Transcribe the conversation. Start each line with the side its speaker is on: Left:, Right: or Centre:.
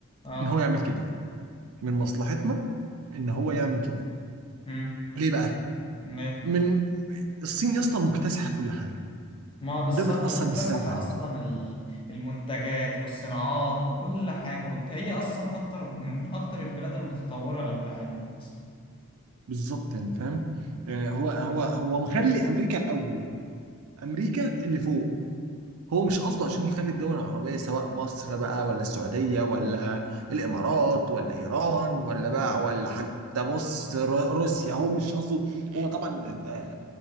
Left: آه.
Right: ان هو يعمل كده من مصلحتنا ان هو يعمل كده
Left: مم.
Right: ليه بقى
Left: ليه؟
Right: من الصين يا اسطى مكتسحه كل حاجه
Left: ما بالظبط
Right: ده بتأثر
Left: مكتسحة
Right: بالسلب عليه
Left: أصلا ال- المنتجات والصناعات وكل حاجة وت- هي أصلا أكتر من أكتر البلاد المتطورة اللي في العالم أصلا
Right: بالظبط يعني فاهم يعني هو هو هو مخلي امريكا الاول امريكا اللي فوق هو مش قصده عشان يخلي الدول العربيه سواء مصر بقى ولا السعوديه ولا الامارات ولا ايران ولا بقى ولا حتى بص ر- روسيا هو مش قصده هو طبعا ده- ده-